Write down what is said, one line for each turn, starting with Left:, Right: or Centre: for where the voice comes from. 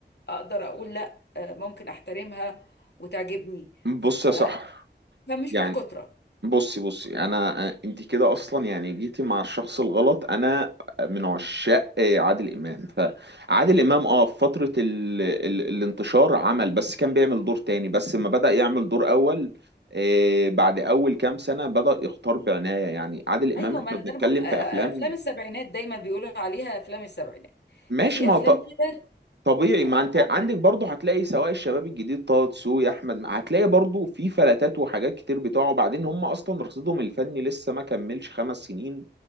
Left: اقدر اقول لا آه، ممكن احترمها وتعجبني
Right: بصي
Left: ف...
Right: يا سحر
Left: فمش
Right: يعني
Left: بالكترة
Right: بصي بصي انا انت كده اصلا يعني جيتي مع الشخص الغلط انا من عشاق عادل امام فعادل امام اه في فتره ال... ال... الانتشار عمل بس كان بيعمل دور تاني بس لما بدأ يعمل دور اول آه، بعد اول كام سنه بدأ يختار بعنايه يعني عادل امام
Left: ايوه
Right: احنا
Left: ما انا
Right: بنتكلم
Left: ده انا بقول أ- أ-
Right: في افلام
Left: افلام السبعينات دايما بيقولوا عليها افلام السبعينات
Right: ماشي
Left: في
Right: ما
Left: افلام
Right: هو
Left: كده
Right: طبيعي ما انت
Left: عملت
Right: عندك برضه هتلاقي سواء الشباب الجديد طه دسوقي احمد م- هتلاقي برضه في فلتات وحاجات كتير بتوعه وبعدين هم اصلا رصيدهم الفني لسه ما كملش خمس سنين